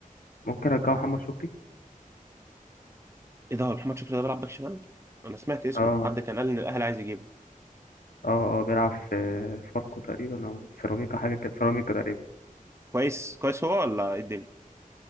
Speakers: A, on the left; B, on the right.
A: ممكن رجعوا محمد شكري
B: ايه ده هو محمد شكري ده بيلعب باك شمال؟ انا سمعت اسمه
A: اه
B: حد كان قال ان الاهلي عايز يجيبه
A: اه اه بيلعب في فاركو تقريبا او سيراميكا حاجة كده سيراميكا تقريبا
B: كويس كويس هو ولا ايه الدنيا؟